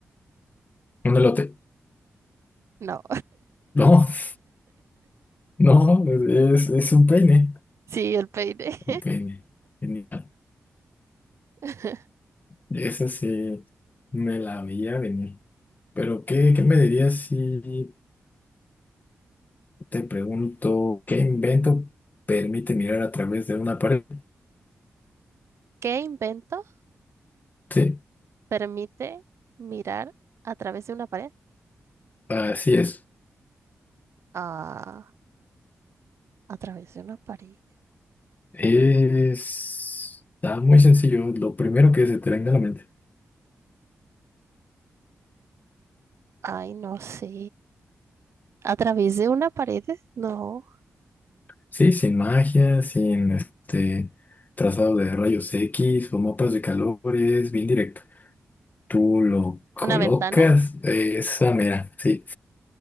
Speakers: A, on the left (about 35°); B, on the right (about 65°).
A: Un elote.
B: No,
A: No, <laughs> no, es, es un peine.
B: <laughs> sí, el peine.
A: Un peine. Genial.
B: <laughs>
A: Esa sí me la veía venir. Pero, ¿qué, qué me dirías si... Te pregunto, ¿qué invento permite mirar a través de una pared?
B: ¿Qué invento
A: Sí,
B: permite mirar a través de una pared?
A: así es.
B: Ah. A través de una pared.
A: Es... Está muy sencillo, lo primero que se te venga a la mente.
B: Ay, no sé. ¿A través de una pared? No.
A: Sí, sin magia, sin este trazado de rayos X o mapas de calores, bien directo. Tú lo colocas,
B: ¿Una ventana? <gasps>
A: eh, esa mera, sí.